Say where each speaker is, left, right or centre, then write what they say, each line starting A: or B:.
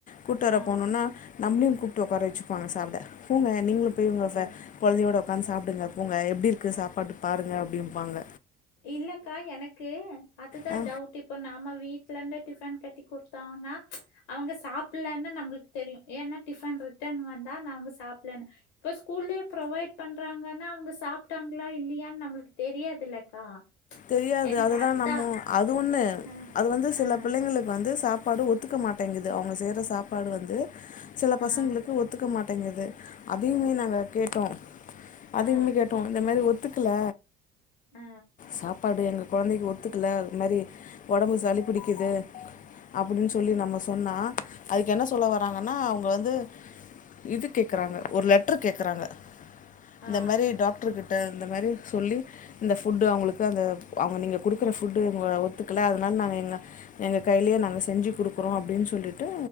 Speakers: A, on the left (about 40°); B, on the left (about 75°).
A: கூட்டுவர
B: ஆ ஆ
A: போணோனா நம்ளையு கூப்ட்டு ஒக்கார வச்சுப்பாங்க சாப்ட போங்க நீங்ளு போய் உங்க
B: ஓ
A: கொழந்தையோட ஒக்காந்து சாப்டுங்க போங்க எப்டி இருக்கு சாப்பாடு பாருங்க அப்டிம்பாங்க
B: இல்லக்கா எனக்கு அதுதா
A: ஆ
B: டவுட் இப் இப்ப நாம வீட்லந்து டிஃபன் கட்டி குடுத்தோனா அவங்க சாப்புட்லனு நம்ளுக்கு தெரியு ஏனா டிஃபன் ரிட்டர்ன் வந்தா அவுங்க சாப்பலனு இப்ப ஸ்கூல்லயே ப்ரொவைட் பண்றாங்கன்னா அவுங்க சாப்ட்டாங்ளா இல்லயான்னு நம்ளுக்கு தெரியாது இல்லக்கா
A: தெரியாது
B: எனக்கு
A: அததுதா
B: அதான்
A: நம்ப அது ஒண்ணு
B: ஆ
A: அது வந்து சில
B: ஆ
A: பிள்ளைங்களுக்கு வந்து சாப்பாடு ஒத் துக்க மாட்டேங்குது அவுங்க செய்ற சாப்பாடு வந்து சில பசங்களுக்கு
B: ஆ
A: ஒத்துக்க மாட் டேங்குது அதையுமே நாங்க கேட்டோ அதையுமே
B: ஆ
A: கேட்டோ இந்த மாரி ஒத்துக்கல
B: அ
A: சாப்பாடு எங்க கொழந்தைக்கு ஒத்துக்ல இந்த மாரி ஒடம்பு சளி பூடிக்குது அப்டின்னு சொ ல்லி நம்ப சொன்னா அதுக்கு என்ன சொல்ல வராங்கன்னா அவுங்க வந்து இது கேக்குறாங்க ஒரு லெட்ரு கேக்றாங்க இந்த
B: ஆ
A: மாரி டாக்ட்ரு கிட்ட இந்த மாரி சொல்லி இந்த ஃபுட்டு அவுங்களுக்கு அந்த அவுங்க நீங்க குடுக்குற ஃபுட்டு ஒத்துக்ல அதனால நாங்க எங்க எங்க கையிலயே நாங்க செஞ்சு குடுக்குறோ அப்டின்னு சொல்லிட்டு